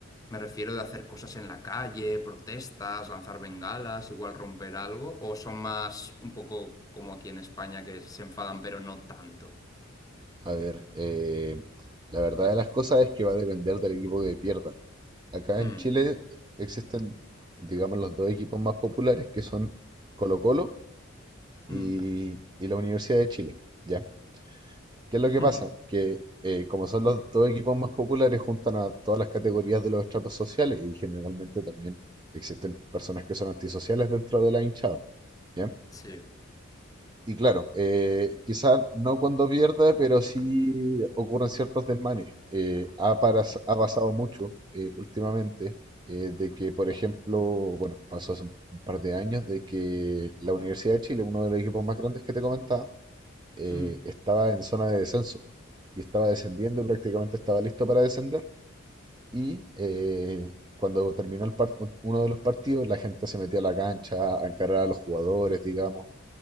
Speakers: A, on the left; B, on the right.
A: Me refiero de hacer cosas en la calle, protestas, lanzar bengalas, igual romper algo, o son más un poco como aquí en España que se enfadan, pero no tanto.
B: A ver, eh, la verdad de las cosas es que va a depender del equipo que pierda. Acá
A: Hmm,
B: en Chile existen, digamos, los dos equipos más populares que son Colo-Colo y,
A: hmm,
B: y la Universidad de Chile, ¿ya? ¿Qué
A: <laughs>
B: es lo que pasa? Que eh, como son los dos equipos más populares, juntan a todas las categorías de los estratos sociales y generalmente también existen personas que son antisociales dentro de la hinchada. ¿Ya?
A: Sí.
B: Y claro, eh, quizás no cuando pierde, pero sí ocurren ciertos desmanes. Eh, ha, paras- ha pasado mucho eh, últimamente eh, de que, por ejemplo, bueno, pasó hace un par de años de que la Universidad de Chile, uno de los equipos más grandes que te comentaba, eh,
A: hmm,
B: estaba en zona de descenso y estaba descendiendo y prácticamente estaba listo para descender. Y eh, cuando terminó el par- uno de los partidos, la gente se metió a la cancha a encarar a los jugadores, digamos.